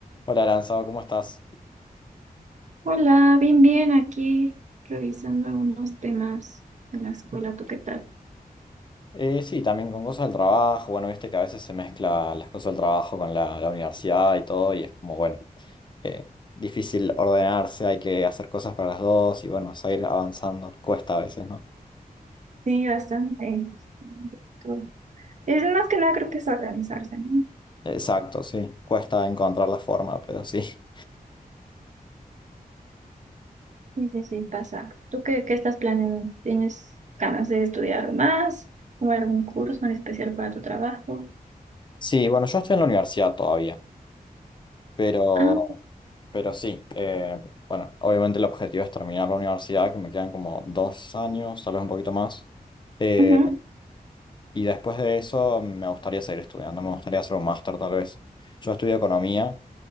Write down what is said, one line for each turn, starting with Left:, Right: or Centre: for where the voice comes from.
Left: Hola, Aranzado, ¿cómo estás?
Right: Hola, bien, bien, aquí revisando algunos temas de la escuela, ¿tú qué tal?
Left: Eh, sí, también con cosas del trabajo. Bueno, viste que a veces se mezcla las cosas del trabajo con la, la universidad y todo, y es como, bueno, eh, difícil ordenarse, hay que hacer cosas para las dos y bueno, seguir avanzando. Cuesta a veces, ¿no?
Right: Sí, bastante. Tú- Es más que nada creo que es organizarse, ¿no?
Left: Exacto, sí, cuesta encontrar la forma, pero sí.
Right: Sí, sí, sí, pasa. ¿Tú qué, qué estás planeando? ¿Tienes ganas de estudiar algo más? ¿Tomar algún curso en especial para tu trabajo?
Left: Sí, bueno, yo estoy en la universidad todavía, pero,
Right: Ah,
Left: pero sí, eh, bueno, obviamente el objetivo es terminar la universidad, que me quedan como dos años, tal vez un poquito más. Eh,
Right: Ujú,
Left: Y después de eso me gustaría seguir estudiando, me gustaría hacer un máster tal vez. Yo estudio economía,